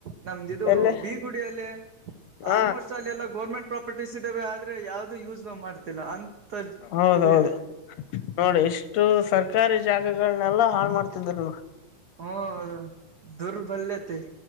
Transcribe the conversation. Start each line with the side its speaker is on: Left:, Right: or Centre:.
Right: ನಮ್ದ ಇದು
Left: ಎಲ್ಲೇ
Right: ಬೀಗ್ <unintelligible> ಗುಡಿಯಲ್ಲಿ
Left: ಹ
Right: ಆಲ್ಮೋಸ್ಟ್ ಅಲ್ಲಿ ಎಲ್ಲಾ ಗೌರ್ಮೆಂಟ್ <unintelligible> ಪ್ರಾಪರ್ಟೀಸ್ ಇದ್ದಾವೆ ಆದ್ರೆ ಯಾವದು ಯೂಸ್ ಮಾಡ್ತಿಲ್ಲ ಅಂತ
Left: ಹೌದೌದು
Right: ಇದು ಇದೆ. <unintelligible>
Left: ನೋಡಿ
Right: ಹ್ಮ್
Left: ಎಷ್ಟು ಸರ್ಕಾರಿ ಜಾಗಗಳನೆೆಲ್ಲಾ ಹಾಳ ಮಾಡ್ತಿದರೆ ಇವರು. <unintelligible>
Right: ಹೌದು ದುರ್ಬಲ್ಯತೆ